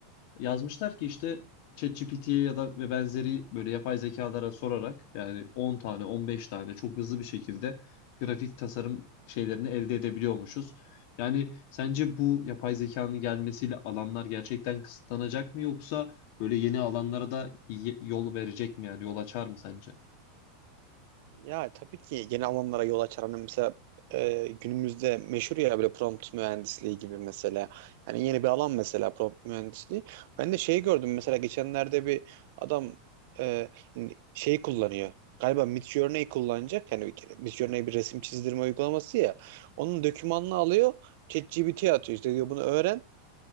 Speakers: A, on the left; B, on the right.
A: Yazmışlar ki işte ChatGPT'ye ya da ve benzeri böyle yapay zekalara sorarak yani 10 tane 15 tane çok hızlı bir şekilde grafik tasarım şeylerini elde edebiliyormuşuz. Yani sence bu yapay zekanın gelmesiyle alanlar gerçekten kısıtlanacak mı yoksa böyle yeni alanlara da y- yol verecek mi yani yol açar mı sence?
B: Ya tabii ki yeni alanlara yol açar. Hani mesela e, günümüzde meşhur ya böyle prompt mühendisliği gibi mesela. Hani yeni bir alan mesela prompt mühendisliği. Ben de şey gördüm mesela geçenlerde bir adam e, hani şey kullanıyor. Galiba Midjourney kullanacak. Yani bir- Midjourney bir resim çizdirme uygulaması ya. Onun dokümanını alıyor. ChatGPT'ye atıyor. İşte diyor bunu öğren